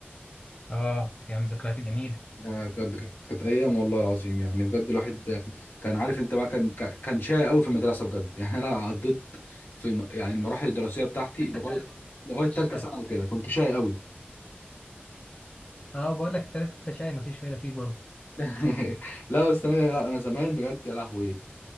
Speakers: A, on the left (about 30°); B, on the left (about 65°).
A: اه ايام ذكريات جميله
B: آه، بجد كانت كانت ايام والله العظيم يعني بجد الواحد آه، كان عارف انت بقى كان كان كان شقي قوي في المدرسه بجد <laughs> يعني انا عديت في م- يعني المراحل الدراسيه بتاعتي
A: لسه
B: لغايه
A: شاي برضه
B: لغايه
A: مفيش
B: ثالثه
A: مفيش
B: ثانوي كده
A: فايدة
B: كنت شقي قوي
A: اه بقول لك انت لسه شاي مفيش فايدة فيك برضه
B: <laughs> لا بس انا لا انا زمان بجد يا لهوي